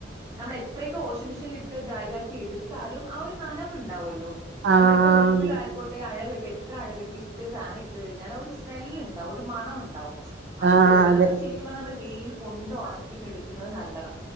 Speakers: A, on the right; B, on the right.
A: നമ്മളെത്രയൊക്കെ വാഷിംങ്ങ്മെഷീനില് ഇട്ട് ഡ്രൈയാക്കി എട്ത്താലും ആ ഒരു നനവ്ണ്ടാവ് ല്ലോ? നമ്മളിപ്പൊ
B: ആഹ്
A: റൂമിലായിക്കോ അഴകെട്ടി എത്ര അഴകെട്ടി ഇട്ട് ഫാൻ ഇട്ട് കഴിഞ്ഞാല് ആ ഒരു സ്മെല്ല്ണ്ടാവും ഒരു മണം ഒ ണ്ടാവും അത്
B: ആഹ്
A: പോവത്തില്ല
B: അതെ
A: നമ്മള് ശെ ത്യം പറഞ്ഞാ മ്മള് വെയില്കൊണ്ട് ഒണക്കിയങ്ങ് എട്ക്ക്ന്നത് നല്ലതാ